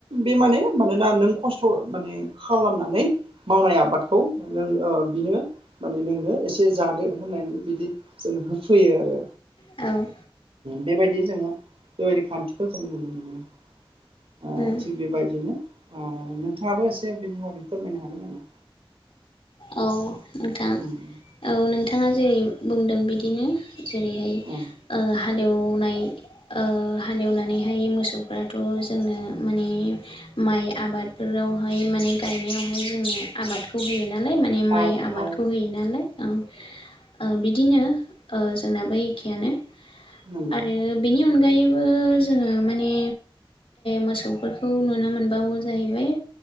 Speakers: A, on the right; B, on the left.
A: बे माने मानोना नों खस्थ' माने खालामनानै मावनाय आबादखौ नों बिनो माने नोंनो एसेदो होननानै बिदि जों होफैयो आरो
B: औ
A: बेबायदि जोङो बेबायदि खान्थिखौ जों नुनो मोनो
B: उम
A: थिग बेबायदिनो नोंथाङाबो एसे बिनि बागै फोरमायनो हागोन नामा?
B: औ नोंथां
A: उम
B: औ नोंथाङा जेरै बुंदों बिदिनो जेरैहाय
A: औ
B: हालेवनाय हालेवनानैहाय मोसौफ्राथ' जोंनो माने माइ आबादफोरावहाय माने गायनायावहाय जोंनो आबादखौ होयो ना ना माने माइ
A: औ
B: आबादखौ
A: औ
B: होयो नालाय औ बिदिनो जोंनाबो एखेयानो
A: नंगौ
B: आरो बेनि अनगायैबो जोङो माने मोसौफोरखौ नुनो मोनबावो जाहैबाय